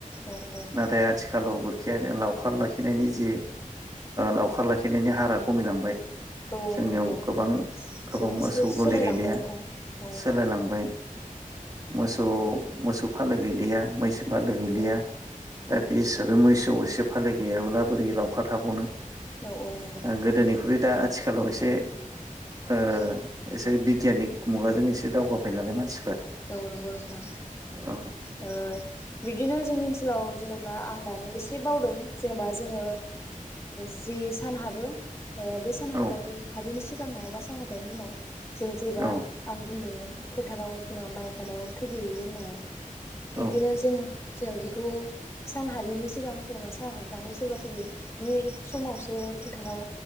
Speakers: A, on the left; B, on the right.
A: औ औ
B: नाथाय आथिखालाव गुरखि लावखार लाखिनायनि जि लावखार लाखिनायनि हारा खमिलांबाय
A: औ औ
B: जोंनियाव
A: नंगौ
B: गोबां
A: सुबुं
B: गोबां मोसौ
A: सोलायलांबाय
B: गलि गैलिया
A: नोंथां औ
B: सोलायलांबाय मोसौ मोसौ फालो गैलिया मैसो बा गैलिया
A: औ
B: दा
A: औ
B: बे हिसाबै मोसौ एसे फालि गैयाब्ला बोरै लावखार थाबावनो
A: औ नंगौ नोंथां
B: ओ गोदोनिख्रुइ दा आथिखालाव एसे ओ
A: औ
B: एसे बिगियानिक मुगाजों एसे दावगाबाय नालाय मानसिफ्रा
A: औ नंगौ नोंथां
B: औ
A: ओ बिदिनो जोंनि स्कुलाव जेनेबा आं दानि एसे बावदों जेनेबा जोङो जि सान हाबो बे सान हामनाय
B: औ
A: हाबिनि सिग गाङाव नङाबा सान हाबनायनि उनाव जों जेबा
B: औ
A: आं बुंदोंमोन फोथाराव जेनेबा माइ हानायाव थैहैयो होननाया बिदिनो
B: औ
A: जों जो बेखौ सान हाबैनि सिगां जेनबा साना हाबनानै सोरबा सोरबि बे समावसो फोथाराव